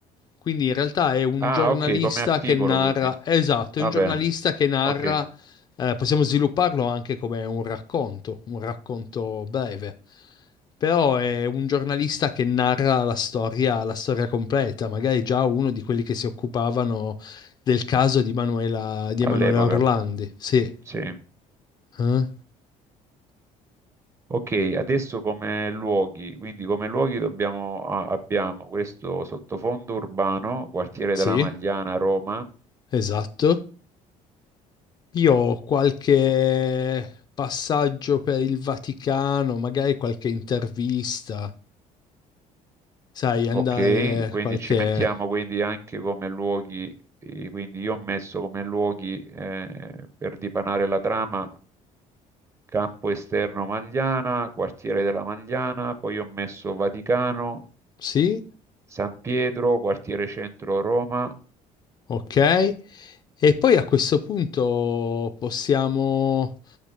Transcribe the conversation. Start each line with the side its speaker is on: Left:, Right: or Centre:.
Left: Quindi in realtà è un
Right: Ah,
Left: giornalista
Right: ok, come articolo
Left: che narra,
Right: quindi.
Left: esatto,
Right: Va
Left: è un giornalista
Right: bene.
Left: che narra,
Right: Ok,
Left: eh, possiamo svilupparlo anche come un racconto, un racconto breve, però è un giornalista che narra la storia, la storia completa, magari già uno di quelli che si occupavano del caso di Manuela, di
Right: all'epoca.
Left: Emanuela Orlandi. Sì,
Right: Sì.
Left: eh?
Right: Ok, adesso come luoghi, quindi come luoghi dobbiamo, a- abbiamo questo sottofondo urbano, quartiere
Left: Sì,
Right: della Magliana, Roma,
Left: esatto. Io ho qualche passaggio per il Vaticano, magari qualche intervista, sai, andare
Right: ok, quindi
Left: qualche...
Right: ci mettiamo quindi anche come luoghi, eh, quindi io ho messo come luoghi eh, per dipanare la trama campo esterno Magliana, quartiere della Magliana, poi ho messo Vaticano,
Left: Sì,
Right: San Pietro, quartiere centro Roma,
Left: ok. E poi a questo punto possiamo...